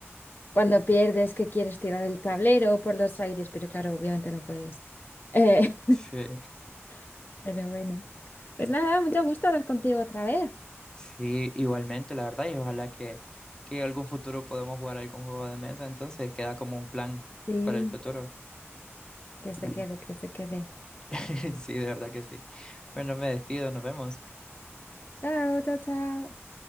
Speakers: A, on the left; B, on the left.
A: cuando pierdes que quieres tirar el tablero por los aires, pero claro, obviamente no puedes. Eh,
B: sí,
A: <laughs> pero bueno, pues nada, mucho gusto hablar contigo otra vez.
B: sí, igualmente, la verdad, y ojalá que, que algún futuro podamos jugar algún juego de mesa, entonces queda como un plan
A: Sí,
B: para el futuro.
A: que se
B: Bueno,
A: quede, que se quede.
B: <laughs> sí, de verdad que sí. Bueno, me despido, nos vemos.
A: Chao, chao, chao.